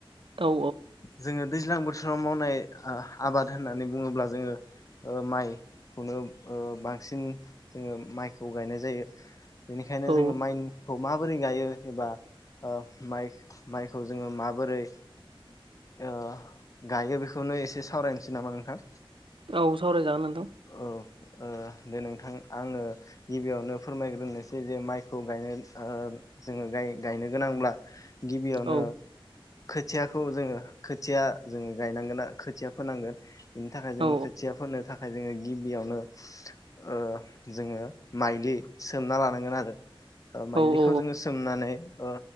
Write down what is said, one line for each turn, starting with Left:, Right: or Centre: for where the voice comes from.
Right: औ
Left: जोंङो दैज्लां बोथोराव मावनाय आबाद होननानै बुंङोब्ला जोंङो ओ माइखौनो ओ बांसिन जोंङो माइखौ गायनाय जायो। बेनिखायनो
Right: औ
Left: जोंङो माइ खौ माबोरै गायो एबा म माइखौ जोंङो माबोरै ओ गायो बेखौनो एसे सावरायनोसै नामा नोंथां
Right: औ सावराय जागोन नोंथां
Left: औ दे नों आङो गिबियावनो फोरमायग्रोनोसै जे माइखौ गायनो जोङो नो गोनांब्ला गिबियावनो
Right: औ
Left: खोथियाखौ जोङो खोथिया जोङो गायनांगोन जों खोथिया फोनांगोन बिनि थाखाय जोङो
Right: औ
Left: खोथिया फोनो थाखाय ओमफ्राय जोङो गिबियावनो ओ जोङो माइलि सोमना लानांगोन आरो माइलिखौ
Right: औ औ
Left: जोङो सोमनानै ओ